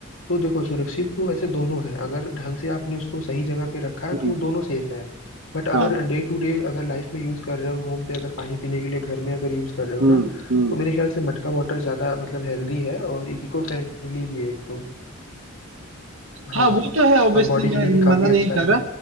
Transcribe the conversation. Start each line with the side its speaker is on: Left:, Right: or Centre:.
Left: तो देखो सुरक्षित तो वैसे दोनों है अगर ढंग से आपने उसको सही जगह पे रखा है
Right: हम्म
Left: तो वो दोनों सेफ है बट अगर
Right: हाँ
Left: डे टू डे अगर लाइफ में यूज कर रहे हो होम पे अगर पानी पीने के लिए घर में अगर यूज कर रहे हो
Right: हम्म
Left: ना
Right: हम्म
Left: तो मेरे ख्याल से मटका वाटर ज्यादा मतलब हेल्दी है और इको फ्रेंडली भी है एक तो हाँ
Right: हाँ वो तो है ऑब्वियसली
Left: और बॉडी के
Right: मैं
Left: लिए भी काफी
Right: मना
Left: अच्छा
Right: नहीं कर
Left: है
Right: रहा